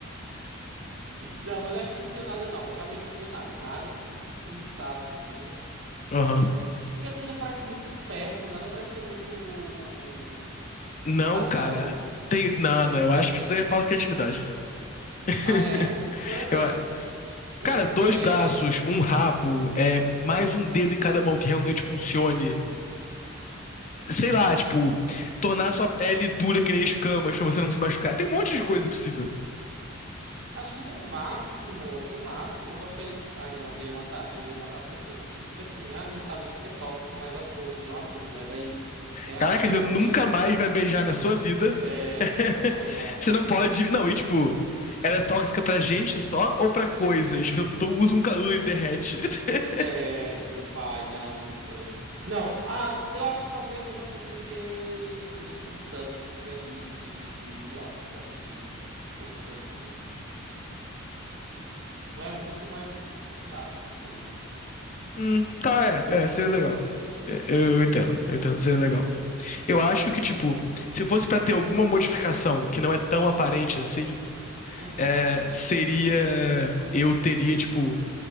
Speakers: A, on the right (about 65°); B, on the left (about 35°).
A: Não, mas eu acho que eu não tenho nada, não. Realmente não tenho nada. Nada que eu consegui pensar, assim. hum,
B: Aham.
A: Porque tudo parece muito supérfluo, nada parece ter muito
B: Não,
A: razão.
B: cara. Tem... Não, não, eu acho que isso daí é falta de criatividade. <laughs>
A: Ah, é? Por exemplo,
B: Eu...
A: o,
B: Cara, dois
A: o- é,
B: braços, um rabo, é, mais um dedo em cada mão que realmente funcione. Sei lá, tipo, tornar sua pele dura que nem escamas pra você não se machucar. Tem um monte de coisa possível.
A: acho que no máximo, no máximo, eu gostaria. Ai, não, mas eu ia matar, eu ia matar as pessoas. Porque assim, ah, minha saliva ia ser tóxica mais aos outros, não a mim. Mas aí, né,
B: Caraca,
A: acabou-se
B: você nunca
A: beijos.
B: mais vai beijar na sua vida.
A: É,
B: <laughs>
A: né? Então não.
B: Você não pode. Não, e tipo, ela é tóxica pra gente só ou pra coisas? Eu tô- uso um canudo e derrete.
A: Me
B: <laughs>
A: derrete, meu pai. Não, não sei. Não, ah, eu acho que talvez eu gostaria de ter, ter os Tusks, né? De, de Orcs. Eu acho que fosse uma coisa assim. Não é útil, mas sei lá, acho bonito.
B: Hum, tá, é, é, seria legal. É, Eu, eu entendo, eu entendo, seria legal. Eu acho que, tipo, se fosse pra ter alguma modificação que não é tão aparente assim,
A: Uhum,
B: é, seria. Eu teria, tipo.